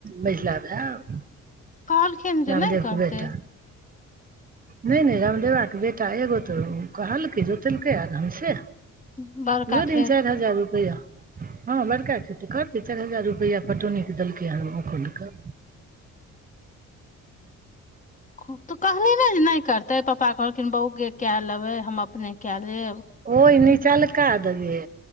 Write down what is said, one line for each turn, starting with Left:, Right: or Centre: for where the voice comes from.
Right: मझिला भऽ गेलै
Left: कहलखिन जे
Right: रामदेव
Left: नहि करतै
Right: के बेटा नहि नहि रामदेवाके बेटा एगो तऽ कल्हि जोतलक एखन तऽ
Left: बड़का
Right: ओहो
Left: खेत
Right: दिन चारि हजार रुपैआ हाँ बड़का खेती करतियै चारि हजार रुपैआ पटौनीक देलकै ह ओ देलकै
Left: हुं तऽ कहलो ने जे नहि करतै पप्पा कहलखिन बौके कए लेबै हम अपने कए लेब
Right: ओहि निचलका दे गे